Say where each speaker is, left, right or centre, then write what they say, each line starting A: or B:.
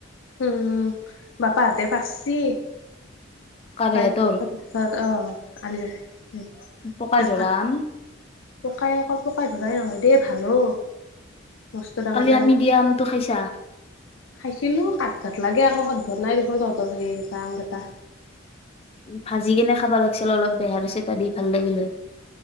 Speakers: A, on the left; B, on the left.
A: উম বাপা আদে পাৰছি।
B: কাৰে
A: পালিত
B: সিহঁতৰ
A: অহ <unintelligible>
B: পকাই ধৰা
A: আ
B: আম
A: পোকাই অকল পোকাই ধৰাই নহয় দেই ভাল অ। বস্তু ডাঙৰ
B: কালি
A: ডাঙৰ
B: আমি দিয়া আমটো খাইছা
A: খাইছিলো কাত ঘাত লাগে আকৌ সদ খোৱা নাই দেখোন তহঁতৰ হেৰিকেইটা আমকেইটা।
B: ভাজি কেনে খাবা লাগিছিল অলপ বেহ চ ত দি ভাল লাগিল হয়।